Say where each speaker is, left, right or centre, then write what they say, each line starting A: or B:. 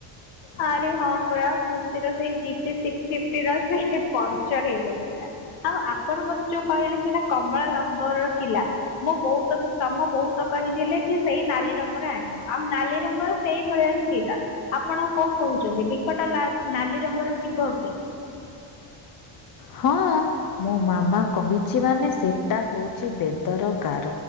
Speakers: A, on the left; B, on the left.
A: ଆରେ ହଁ ପୁରା ଖୁସିର ସେ ଜିପିସି <unintelligible> ସେଇଟା ପଙ୍କ୍ଚର୍ ହେଇଯାଇଥିଲା। ଆଉ ଆପଣ ମତେ ଯୋଉ କହିଲେ ସେଇଟା କମଳା ଲଙ୍ଗର ଥିଲା। ମୋ ବୋଉ ତ ତମ ବୋଉ ତ କହିଥିଲେ କି ସେଇ ନାଲି ରଙ୍ଗର ଆଣେ। ଆଉ ନାଲି ରଙ୍ଗର ସେଇ ଭଳିଆ ହିଁ ଥିଲା। ଆପଣ କଁ କହୁଛନ୍ତି ବିକଟ ଲା ଲାଲି ରଙ୍ଗର ଥିବ କି?
B: ହଁ। ମୋ ମାମା କହିଚି ମାନେ ସେଟା ହଉଛି ବେଦର ଗାର